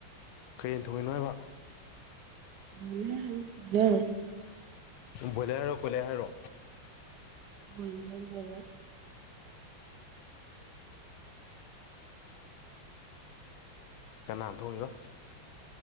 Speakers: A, on the left; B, on the right.
A: ꯀꯩ ꯌꯦꯟ ꯊꯣꯡꯉꯤꯅꯣ ꯍꯥꯏꯕ
B: ꯕꯣꯏꯂꯔ ꯍꯥꯏꯕ ꯕꯣꯏꯂꯔ
A: ꯕꯣꯏꯂꯔꯔꯣ ꯀꯣꯏꯂꯔ ꯍꯥꯏꯔꯣ
B: ꯕꯣꯏꯂꯔ ꯕꯣꯏꯂꯔ
A: ꯀꯅꯥ ꯊꯣꯡꯉꯤꯕ